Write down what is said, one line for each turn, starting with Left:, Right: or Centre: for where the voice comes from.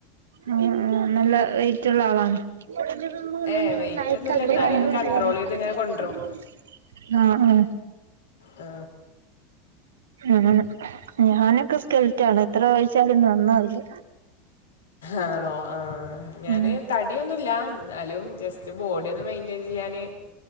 Right: ആ ആ നല്ല വെയിറ്റുള്ള ആളാണ് <unintelligible>
Left: ഏഹ് വെയിറ്റ് ഒന്നുമില്ല എന്നാലും ഒന്ന് കൺട്രോൾ ചെയ്ത് ഇങ്ങനെ കൊണ്ടരും
Right: ആ ആ
Left: ആ
Right: ഉം ഞാനൊക്കെ സ്കെലറ്റാണ് എത്ര കഴിച്ചാലും നന്നാവില്ല
Left: ആണോ ആ ഞാന്
Right: ഉം
Left: തടിയൊന്നുമില്ല എന്നാലും ജസ്റ്റ് ബോഡിയൊന്ന് മെയിൻറ്റയിൻ ചെയ്യാന്